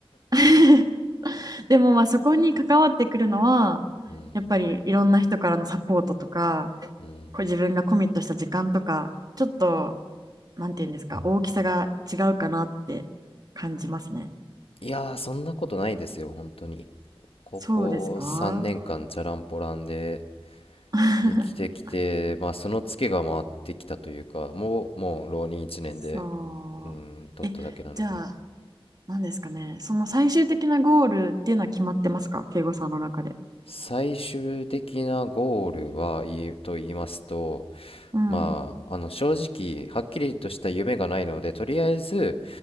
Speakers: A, on the right (about 40°); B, on the left (about 75°).
A: <laughs>。でもまあそこに関わってくるのは、
B: <laughs> うん
A: やっぱりいろんな人からのサポートとか、
B: うん
A: こう自分がコミットした時間とか、ちょっと、なんていうんですか、大きさが違うかなって感じますね。
B: いやーそんなことないですよ本当にここ3年間チャランポランで
A: そうですか <laughs>
B: 生きてきて、まあ、そのツケが回ってきたというかもう、もう浪人1年で、
A: そう。
B: うん、取っただけなので
A: え、じゃあ、なんですかね、その最終的なゴールっていうのは決まってますか、敬語さんの中で。
B: 最終的なゴールはいと言いますと
A: うん。
B: まあ、あの正直はっきりとした夢がないのでとりあえず